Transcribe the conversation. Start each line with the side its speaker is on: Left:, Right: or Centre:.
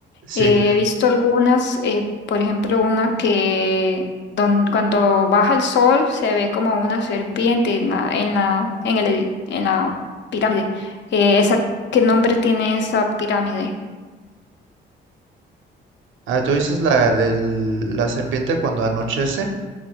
Right: Sí.
Left: Eh, he visto algunas, eh, por ejemplo, una que don- cuando baja el sol se ve como una serpiente en la, en la, en el edi- en la pirámide. Eh, esa, ¿qué nombre tiene esa pirámide?
Right: Ah, ¿tú dices la de la serpiente cuando anochece?